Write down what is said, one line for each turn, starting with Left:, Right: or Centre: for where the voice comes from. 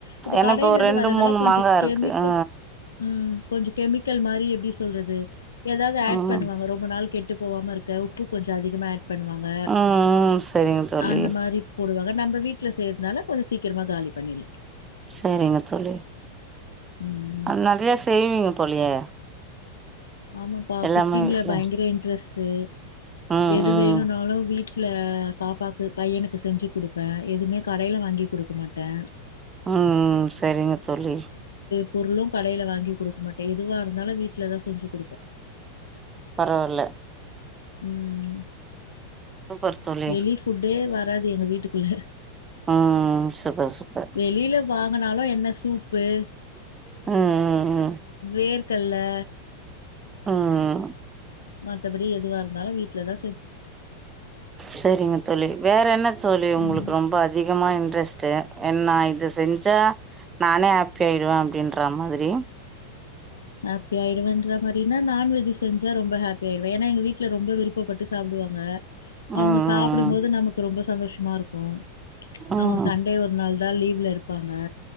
Left: இப்ப
Right: ஏன்னா
Left: கடைலெந்து
Right: இப்போ ஒரு ரெண்டு
Left: வரதெல்லா
Right: மூணு
Left: கொஞ்ச
Right: மாங்கா இருக்கு
Left: கெமிக்கல்
Right: ஆ
Left: ம் கொஞ்ச கெமிக்கல் மாரி எப்டி சொல்றது எதாவ்து ஆட்
Right: ம்
Left: பண்ணுவாங்க ரொம்ப நாள் கெட்டு போவாம இருக்க உ ப்பு கொஞ்சொ அதிகமா ஆட் பண்ணுவாங்க
Right: ம் செரிங்க தோழி
Left: அந்த மாரி போடுவாங்க நம்ப வீட்ல செய்றதுனால கொஞ்ச சீக்கிரமா காலி பண்ணிட்லா
Right: சேரிங்க தோழி
Left: ம்
Right: அது நறைய செய்வீங்க போலியே
Left: ஆமப்பா
Right: எல்லாமே
Left: குக்கிங்ல
Right: வீட்ல
Left: பயங்கர இன்ட்ரெஸ்ட்டு
Right: ம்
Left: எது
Right: ம்
Left: வேணுன்னாலு வீட் ல பாப்பாக்கு பையனுக்கு செஞ்சு குடுப்பே எதுவ்மே கடைல வாங்கி குடுக்க மாட்டே
Right: ம் சரிங்க தோழி
Left: பொருளு கடைல வாங்கி குடுக் மாட்டே எதுவா இருந்தாலு வீட்ல தா செஞ்சு குடுப்ப
Right: பரவால்ல
Left: ம்
Right: சூப்பர் தோழி
Left: வெளி ஃபுட்டே வராது எங்க வீட்டுக்குள்ள
Right: ம் சூப்பர் சூப்பர்
Left: வெளில வாங்குனாலு என்ன சூப் பு
Right: ம் ம் ம்
Left: வேர்கல்ல
Right: ம் ம்
Left: த்தபடி எதுவா இருந்தாலு வீட்ல தா
Right: செரிங்க தோழி வேற என்ன தோழி உங்களுக்கு
Left: ம்.
Right: ரொம்ப அதிகமா இன்ட்ரெஸ்ட் டு என்னா இது செஞ்சா நானே ஹாப்பி ஆயிடுவே அப்டின்ற மாதிரி
Left: ஹேப்பி ஆயிடுவேன்ற மாரினா நான்வெஜ்ஜு செஞ்சா ரொம்ப ஹேப்பி ஆயிடுவே எ னா எங்க வீட்ல ரொம்ப விருப்பட்டு சாப்டுவாங் க அவுங்க
Right: ம்
Left: சாப்புடும்போது
Right: ம்
Left: நமக்கு ரொம்ப சந்தோஷமாருக்கு
Right: ம்
Left: அவுங்க சண்டே
Right: ம்
Left: ஒரு நாள் தா லீவ்ல இருப்பா ந